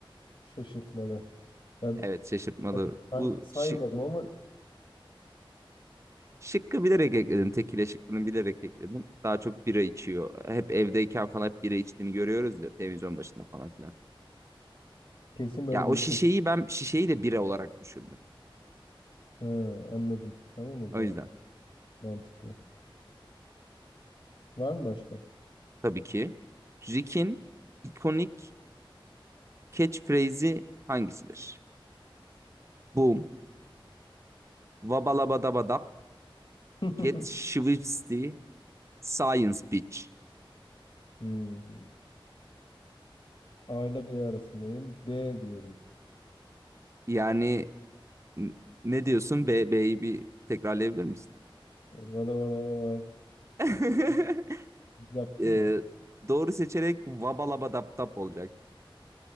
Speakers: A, on the left; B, on the right.
A: şaşırtmalı. Yani
B: Evet şaşırtmalı.
A: evet, Say-
B: Bu
A: saymadım
B: şi-
A: ama
B: Şıkkı bilerek ekledim. Tekile şıkkını bilerek ekledim. Daha çok bira içiyor. Hep evdeyken falan hep bira içtiğini görüyoruz ya televizyon başında falan filan.
A: Kesin böyle
B: Ya o
A: bir istatistik.
B: şişeyi ben şişeyi de bira olarak düşündüm.
A: Ha, anladım. Tamam o zaman.
B: O yüzden
A: Mantıklı. Var mı başka?
B: tabii ki Rick'in ikonik catchphrase'i hangisidir? Boom, vabalabadabadap,
A: <laughs>
B: get schwipsty, science bitch.
A: Hmm. A ile B arasındayım. B diyorum.
B: Yani n- ne diyorsun? B, B'yi bir tekrarlayabilir misin?
A: Valla valla valla.
B: <laughs>
A: İlk Yaptın
B: Ee,
A: mı?
B: Doğru seçerek vabalabadaptap olacak.